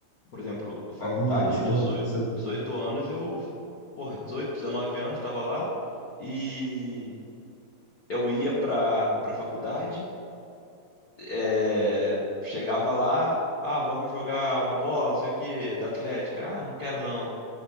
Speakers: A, on the left; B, on the right.
A: por exemplo, faculdade,
B: É, você
A: dezoito
B: não. Você...
A: dezoito anos, eu, porra, 18 19 anos, tava lá e eu ia pra, pra faculdade, é, chegava lá, ah, vamos jogar uma bola, não sei o quê, da Atlética, ah, não quero não.